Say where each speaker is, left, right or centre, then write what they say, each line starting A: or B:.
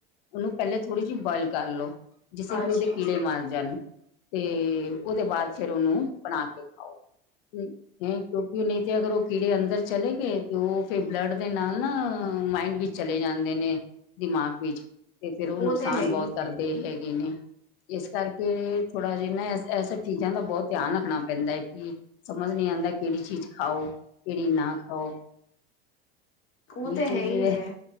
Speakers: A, on the left; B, on the left.
A: ਉਹਨੂੰ ਪਹਿਲਾਂ ਥੋੜ੍ਹੀ ਜਿਹੀ ਬੋਆਇਲ ਕਰ ਲਓ, ਜਿਸੇ ਕਿ
B: ਅੱਛਾ
A: ਉਹਦੇ ਕੀੜੇ ਮਾਰ ਜਾਣ। ਤੇ ਉਹਦੇ ਬਾਅਦ ਫਿਰ ਉਹਨੂੰ ਬਣਾ ਕੇ ਖਾਓ। ਕਿਉਂਕਿ ਨਹੀਂ ਤੇ ਅਗਰ ਉਹ ਕੀੜੇ ਅੰਦਰ ਚਲੇ ਗਏ, ਤੇ ਉਹ ਫੇਰ ਬਲੱਡ ਦੇ ਨਾਲ ਨਾ ਮਾਇੰਡ ਵਿੱਚ ਚਲੇ ਜਾਂਦੇ ਨੇ ਦਿਮਾਗ ਵਿੱਚ। ਤੇ ਫੇਰ ਉਹ ਨੁਕਸਾਨ
B: ਤੇ ਹੈ
A: ਬਹੁਤ
B: ਹੀ
A: ਕਰਦੇ ਹੈਗੇ ਨੇ ਇਸ ਕਰਕੇ ਥੋੜਾ ਜੇ ਨਾ ਐਸ ਚੀਜ਼ਾਂ ਦਾ ਬਹੁਤ ਧਿਆਨ ਰੱਖਣਾ ਪੈਂਦਾ ਹੈ ਕਿ ਸਮਝ ਨੀ ਆਉਂਦਾ ਕਿਹੜੀ ਚੀਜ਼‍ ਖਾਓ ਕਿਹੜੀ ਨਾ ਖਾਓ।
B: ਉਹ
A: ਉਹੀ
B: ਤੇ
A: ਚੀਜ਼
B: ਹੈ ਹੀ
A: ਵ,
B: ਹੈ